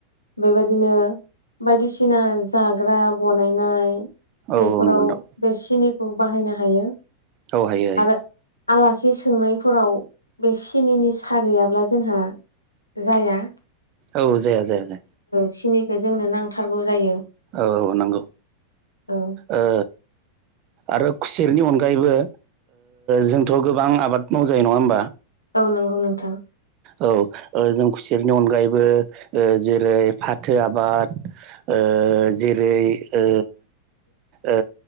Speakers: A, on the left; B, on the right.
A: बेबाय दिनो बायदिसिना जाग्रा बनायनाय
B: औ
A: बेफोराव
B: नंगौ नोंथां
A: बे सिनिखौ बाहायनो हायो
B: औ हायो हायो
A: आरो आलासि सोंनायफोराव बे सिनिनि साहा गैयाब्ला जोंहा जाया
B: औ जाया जाया जाया
A: सिनिखौ जोंनो नांथारगौ जायो
B: औ औ नंगौ
A: औ
B: ओ आरो खुसेरनि अनगायैबो जोंथ' गोबां आबाद मावजायो नङा होमबा
A: औ नंगौ नोंथां
B: औ जों खुसेरनि अनगायैबो जेरै फाथो आबाद ओ जेरै ओ ओ